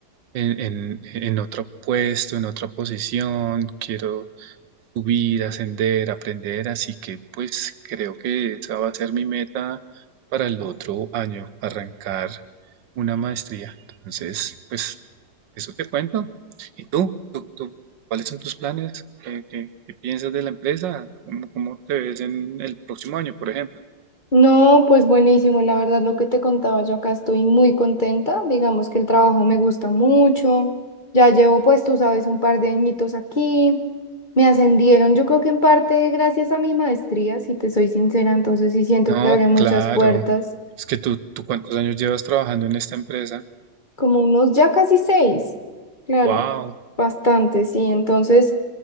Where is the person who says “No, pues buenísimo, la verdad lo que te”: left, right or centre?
Left